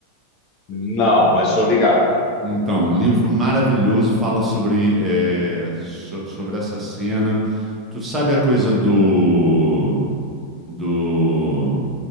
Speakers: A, on the left; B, on the right.
A: Não, mas tô ligado.
B: Então, livro maravilhoso, fala sobre, é, so- sobre essa cena. Tu sabe a coisa do do,